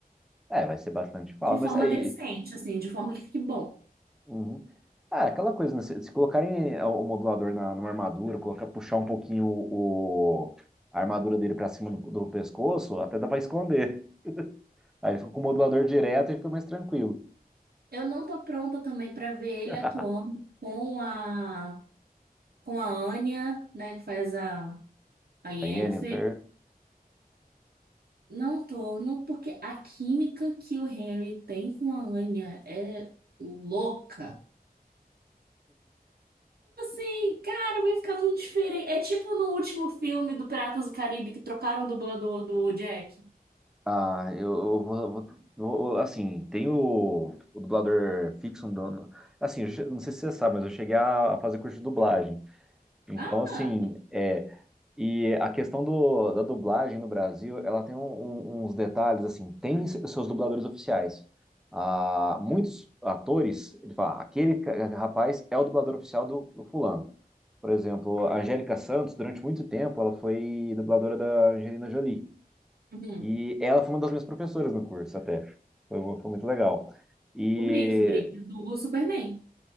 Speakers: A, in the centre; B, on the right.
A: É, vai ser bastante fala,
B: de
A: mas
B: forma
A: aí.
B: decente, assim, de forma que fique bom.
A: Uhum. Ah, aquela coisa, né? Se, se colocarem o modulador na, numa armadura, colocar, puxar um pouquinho o, o- a armadura dele pra cima do, do pescoço, até dá pra esconder. Aí ele fica com o modulador direto e fica mais tranquilo.
B: Eu não tô pronta também pra ver ele
A: <laughs>
B: atuando com a com a Anya, né, que faz a a Yennefer.
A: A Yennefer.
B: Não tô, não porque a química que o Henry tem com a Anya é louca. E, cara, vai ficar muito diferente. É tipo no último filme do Piratas do Caribe que trocaram o dublador do Jack.
A: Ah, eu, eu vou, vou- vou- Assim, tem o, o dublador fixo. um dono- Assim, eu che- não sei se você sabe, mas eu cheguei a fazer curso de dublagem. Então,
B: Ah,
A: assim, é, e a questão do, da dublagem no Brasil, ela tem um- um- uns detalhes, assim, tem se- seus dubladores oficiais. Ah, muitos atores, ele fala, aquele ca- rapaz é o dublador oficial do, do fulano. Por exemplo, a Angélica Santos, durante muito tempo, ela foi dubladora da Angelina Jolie.
B: uhum.
A: E ela foi uma das minhas professoras no curso, até. Foi, foi muito legal. E
B: O Briggs, o Briggs dubla o Superman.